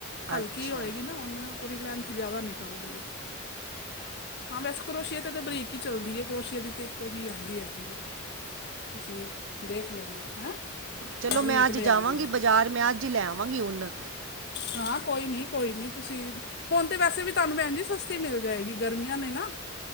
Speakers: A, on the left; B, on the right.
A: ਹਲਕੀ
B: ਅੱਛਾ
A: ਹੋਏਗੀ ਨਾ ਉਹਨ ਉਹਦੀ ਲੈਂਥ ਜ਼ਿਆਦਾ ਨਿਕਲਦੀ ਏ, ਹਾਂ ਵੈਸੇ ਕਰੋਸ਼ੀਏ ਦੇ ਤਾਂ ਬਰੀਕ ਕੀ ਚੱਲਦੀ ਏ, ਕਰੋਸ਼ੀਏ ਦੀ ਤੇ ਇੱਕੋ ਜਿਹੀ ਆਉਂਦੀ ਹੈਗੀ ਏ। ਤੁਸੀਂ ਦੇਖ ਲੇਣਾ। ਹੈਂ!
B: ਚਲੋ
A: ਬਰੀਕ
B: ਮੈਂ ਅੱਜ
A: ਲਿਆ
B: ਜਾਵਾਂਗੀ
A: ਜੇ
B: ਬਜ਼ਾਰ, ਮੈਂ ਅੱਜ ਹੀ ਲੈ ਆਵਾਂਗੀ ਉਂਨ
A: ਹਾਂ, ਕੋਈ ਨੀ ਕੋਈ ਨੀ, ਤੁਸੀ ਹੁਣ ਤੇ ਵੈਸੇ ਵੀ ਤੁਹਾਨੂੰ ਭੈਣ ਜੀ, ਸਸਤੀ ਮਿਲ ਜਾਏਗੀ ਗਰਮੀਆਂ ਨੇ ਨਾ